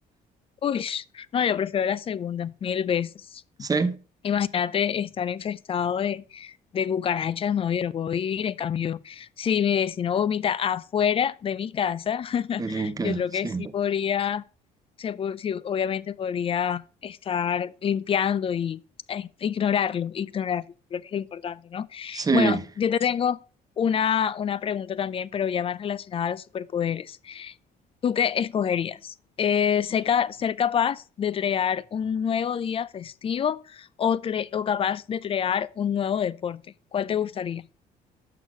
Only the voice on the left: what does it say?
ush. No, yo prefiero la segunda, mil veces.
Imagínate estar infestado de, de cucarachas, no, yo no puedo vivir. En cambio, si mi vecino vomita afuera de mi casa, <laughs>
yo creo
que sí podría, se, po- sí, obviamente podría estar limpiando y eh, ignorarlo, ignorarlo, creo que es lo importante, ¿no?
Bueno, yo te tengo una, una pregunta también, pero ya más relacionada a los superpoderes. ¿Tú qué escogerías? Eh, ser, ca- ser capaz de crear un nuevo día festivo o, cre- o capaz de crear un nuevo deporte. ¿Cuál te gustaría?